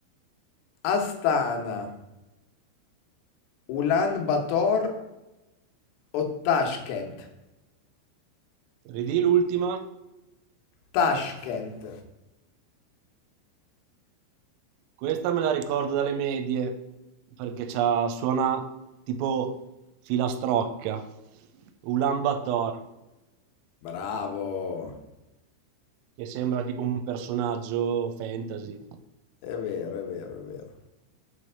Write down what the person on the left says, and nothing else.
Astana, Ulan Bator o Tashkent?
Tashkent.
Bravo.
È vero, è vero, è vero.